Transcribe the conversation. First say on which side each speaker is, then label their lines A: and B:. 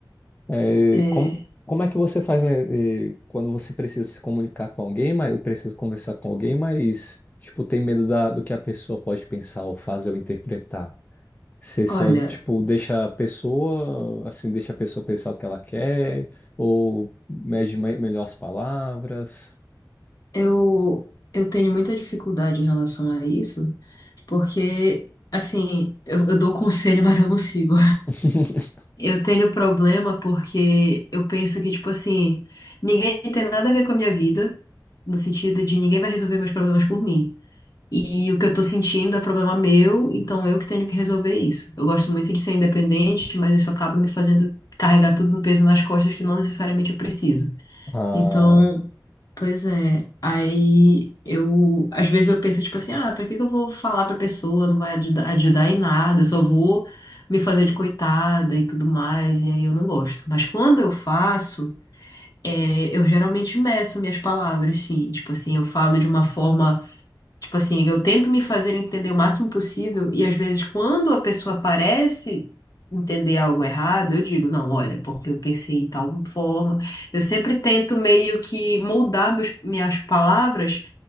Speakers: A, on the left; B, on the left.
A: É,
B: É,
A: como, como é que você faz, né, é, quando você precisa se comunicar com alguém, mas eu preciso conversar com alguém, mas, tipo, tem medo da, do que a pessoa pode pensar ou fazer ou interpretar? Você
B: Olha,
A: só, tipo, deixa a pessoa, assim, deixa a pessoa pensar o que ela quer, ou mede me- melhor as palavras?
B: eu, eu tenho muita dificuldade em relação a isso, porque, assim, eu, eu dou <laughs> conselho, mas eu não sigo.
A: <laughs>
B: Eu tenho problema porque eu penso que, tipo assim, ninguém tem nada a ver com a minha vida, no sentido de ninguém vai resolver meus problemas por mim. E o que eu tô sentindo é problema meu, então eu que tenho que resolver isso. Eu gosto muito de ser independente, mas isso acaba me fazendo carregar tudo no peso nas costas que não necessariamente eu preciso.
A: Ah,
B: Então, Pois é, aí eu, às vezes eu penso, tipo assim, ah, pra que que eu vou falar pra pessoa, não vai ajudar, ajudar em nada, eu só vou me fazer de coitada e tudo mais, e aí eu não gosto. Mas quando eu faço, é, eu geralmente meço minhas palavras, sim, tipo assim, eu falo de uma forma Tipo assim, eu tento me fazer entender o máximo possível e às vezes quando a pessoa parece entender algo errado, eu digo, não, olha, porque eu pensei em tal forma. Eu sempre tento meio que moldar meus, minhas palavras